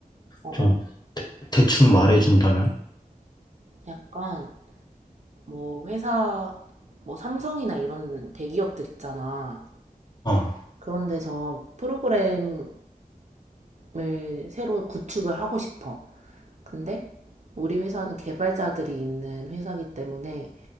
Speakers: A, on the right; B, on the left.
A: 어, 어.
B: 좀, 대, 대충 말해준다면?
A: 약간 뭐 회사 뭐 삼성이나 이런 대기업들 있잖아.
B: 어,
A: 그런 데서 프로그램 을 새로 구축을 하고 싶어. 근데 우리 회사는 개발자들이 있는 회사이기 때문에